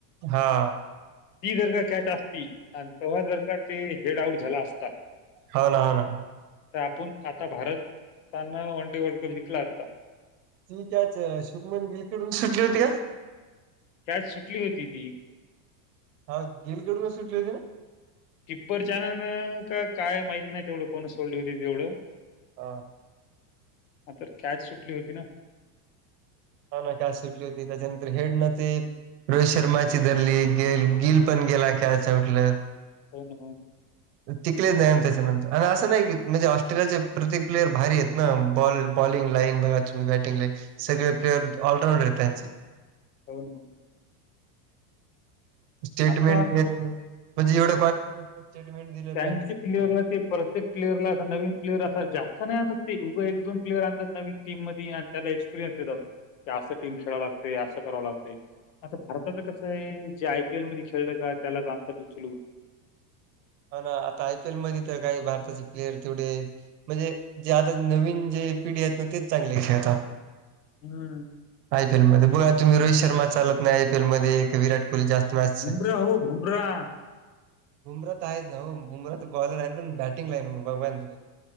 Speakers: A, on the right (about 75°); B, on the left (about 50°).
A: हा
B: ती जर का कॅट असती आणि तेव्हा जर का ते हेड आउट झाला असता.
A: हा ना ह ना.
B: तर आपण आता भारतना वन डे वर्ल्ड कप जिंकला असता.
A: ती कायच शुभमन गिलकडून सुटली होती का?
B: कॅच सुटली होती ती
A: हा गिल काडू का सुट होती ना.
B: किप्पर न का काय माहत नाही तेवढं कोण सोडली होती तेवढं.
A: ह.
B: आ तर कॅच सुटली होती ना.
A: हा ना कास सुटली होती त्याच्यानंतर हेड न ते रोहित शर्माची धरली गे गिल पण गेला खेळाच उठलं.
B: होन होन.
A: तिकलेच नाही त्याच्यानंतर आणि असं नाही की म्हणजे ऑस्ट्रेलियाचे प्रत्येक प्लेयर भारी आहेत ना बॉल बॉलिंग लाईन बघा तुम्ही बॅटिंग लाईन सगळे प्लेअर ऑलराऊंडर आहेत त्यांचे
B: होन हो.
A: स्टेटमेंट
B: आता
A: म्हणजे एवढं कॉन्फिडन्स स्टेटमेंट दिलं
B: त्यांचे
A: पॅन्ट
B: प्लेयरला ते परत प्रत्येक प्लेअरला अस नवीन प्लेअर असा जास्त नाही आणत ते उगं एक दोन प्लेयर आणतात नवीन टीम मध्ये आणि त्याला अस टीम खेळा लागते असं कराव लाग आता भारताच कस आहे. <unintelligible> खेळलं काय त्याला जाणतात उचलू.
A: हा ना आता आयपीएल मध्ये तर काही भारताचे प्लेयर तेवढे म्हणजे जे आता नवीन जे पिढी आहेत ना तेच चांगले खेळतात.
B: हं.
A: आयपीएल मध्ये बघा तुम्ही रोहित शर्मा चालत नाही आयपीएल मध्ये विराट ु जास्त मॅच
B: बुमराह हो बुमराह.
A: बुमराात आहेच ना बुमराात बॉलर आहे पण बॅटिंग लाई ना मग बघवान तु